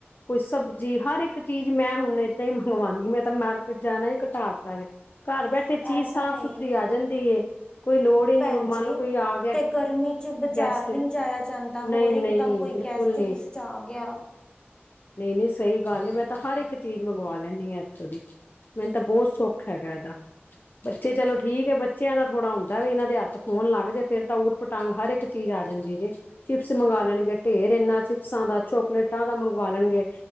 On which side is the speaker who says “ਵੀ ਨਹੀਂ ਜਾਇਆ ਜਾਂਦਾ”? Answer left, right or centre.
Left